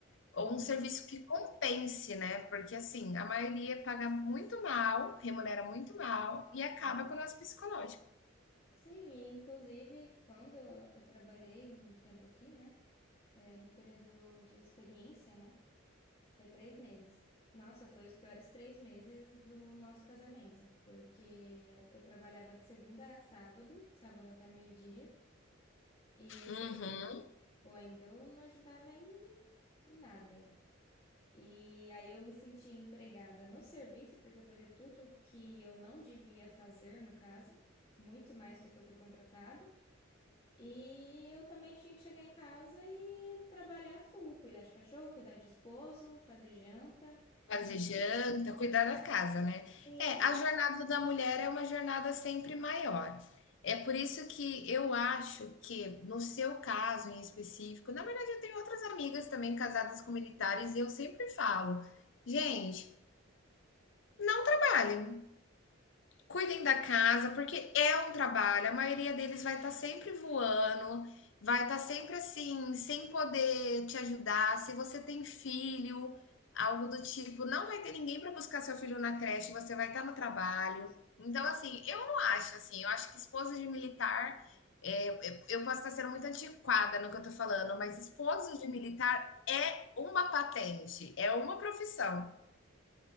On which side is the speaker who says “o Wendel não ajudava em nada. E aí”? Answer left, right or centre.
Left